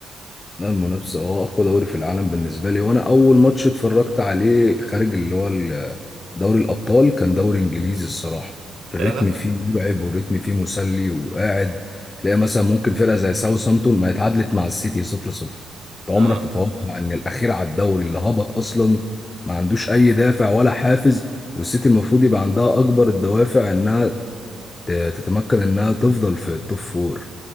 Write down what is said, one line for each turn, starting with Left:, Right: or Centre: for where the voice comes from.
Left: لا المنافسة هو أقوى دوري في العالم بالنسبة لي وأنا أول ماتش اتفرجت عليه خارج اللي هو ال- دوري الأبطال كان دوري إنجليزي الصراحة الريتم
Right: <laughs> فعلا
Left: فيه مرعب والريتم فيه مسلي وقاعد تلاقي مثلا ممكن فرقة زي ساوثهامبتون ما اتعادلت مع السيتي 0-0 أنت
Right: اه
Left: عمرك تتوقع إن الأخير على الدوري اللي هبط أصلا ما عندوش أي دافع ولا حافز والسيتي المفروض يبقى عندها أكبر الدوافع إنها ت- تتمكن انها تفضل في التوب فور